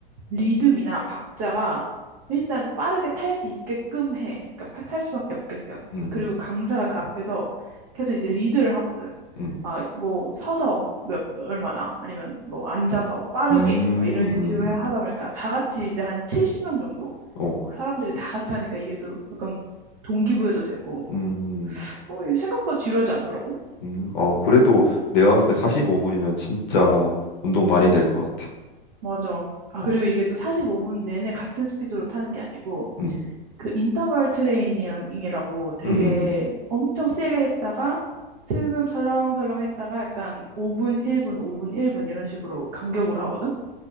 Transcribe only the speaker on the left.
음,
음,
음, 음,
음.
어,
음,
음. 아, 그래도 내가 봤을 때 45분이면 진짜 운동 많이 될 것 같아.
어,
음,
음, 음,